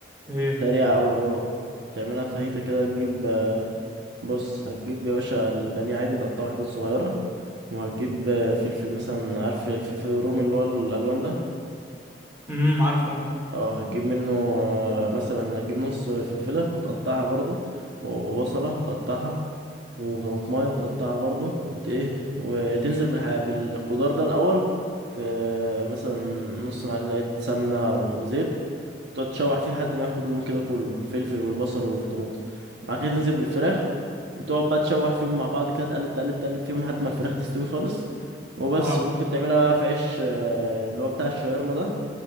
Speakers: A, on the right; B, on the right.
A: ايه
B: سريعه قوي برضه تعملها فاهيتا كده تجيب بص هتجيب يا باشا البانيه عادي تقطعه حتت صغيرة وهتجيب آه، فلفل مثلا عارف الفلفل الرومي اللي هو الألوان ده
A: امم عارفه
B: اه هتجيب منه آه، مثلا هتجيب نص فلفلة وتقطعها برضو وبصلة وتقطعها وطماطماية وتقطعها برضو وت ايه وتنزل بالح... بالخضار ده الأول في آه، مثلا نص معلقة سمنة وزيت وتقعد تشوح فيه لحد ما ياخد اللون كده كله الفلفل والبصل والطماطم بعد كده تنزل بالفراخ وتقعد بقى تشوح فيهم مع بعض كده تقلب تقلب تقلب فيهم لحد ما الفراخ تستوي خالص وبس
A: اه
B: وممكن تعملها بقى في عيش آه، اللي هو بتاع الشاورما ده